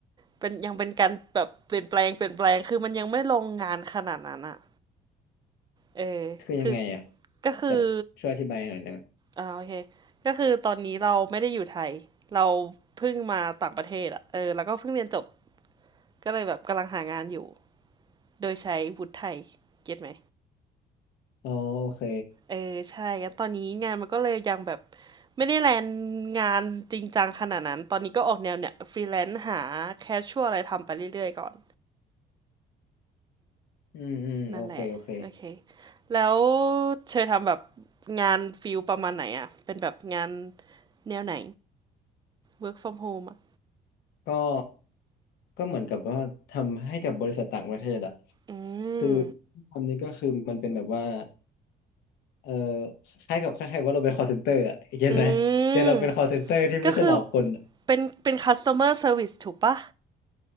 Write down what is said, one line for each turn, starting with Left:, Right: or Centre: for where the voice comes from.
Right: เป็นยังเป็นการแบบเปลี่ยนแปลงเปลี่ยนแปลงคือมันยังไม่ลงงานขนาดนั้นอะเออคือ
Left: คือยังไงอะ
Right: ก็คือ
Left: แบบช่วยอธิบายหน่อยได้ไหม
Right: อ่าโอเคก็คือตอนนี้เราไม่ได้อยู่ไทยเราเพิ่งมาต่างประเทศอะเออแล้วก็เพิ่งเรียนจบก็เลยแบบกำลังหางานอยู่โดยใช้วุฒิไทยเก็ตไหม
Left: อ๋อโอเค
Right: เออใช่งั้นตอนนี้งานมันก็เลยยังแบบไม่ได้แลนงานจริงจังขนาดนั้นตอนนี้ก็ออกแนวเนี่ยฟรีแลนซ์หาแคชชัวอะไรทำไปเรื่อยๆก่อน
Left: อืมอืมโอเคโอเค
Right: นั่นแหละโอเคแล้วเธอทำแบบงานฟิลประมาณไหนอ่ะเป็นแบบงานแนวไหน work from home อะ
Left: ก็ก็เหมือนกับว่าทำให้กับบริษัทต่างประเทศอะ
Right: อื
Left: คือ
Right: ม
Left: ทำนี้ก็คือมันเป็นแบบว่าเออคล้ายกับคล้ายๆว่าเราเป็น call center อะเห็นไหมแต่เราเป็น
Right: อืม
Left: call center ที่ไม่ใช่หลอกคนอะ
Right: ก็คือเป็นเป็น customer service ถูกปะ